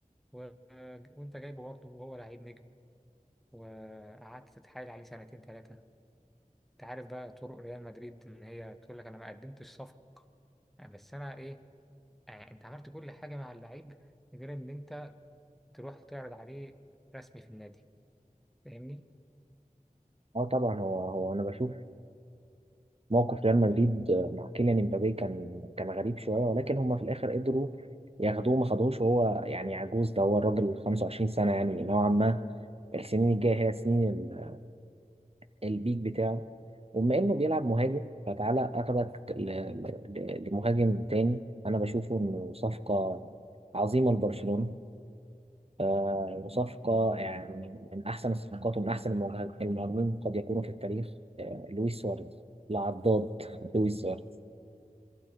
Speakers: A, in the centre; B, on the right.
A: و... وانت جايبه برضه وهو لعيب نجم وقعدت تتحايل عليه سنتين ثلاثة انت عارف بقى طرق ريال مدريد ان هي تقول لك انا ما قدمتش صفقة آه، بس انا ايه آه انت عملت كل حاجة مع اللعيب غير ان انت تروح تعرض عليه رسمي في النادي فاهمني
B: اه طبعا هو هو انا بشوف موقف ريال مدريد مع كيليان امبابي كان كان غريب شويه ولكن هم في الاخر قدروا ياخدوه ما خدوهوش وهو يعني عجوز ده هو الراجل 25 سنه يعني نوعا ما السنين الجايه هي سنين ال- البيك بتاعه وبما انه بيلعب مهاجم فتعالى اخدك ل- ل- لمهاجم تاني انا بشوفه انه صفقه عظيمه لبرشلونه آه، وصفقه يعني من احسن الصفقات ومن احسن المهاج- المهاجمين قد يكونوا في التاريخ آه، لويس سواريز العضاد <laughs> لويس سواريز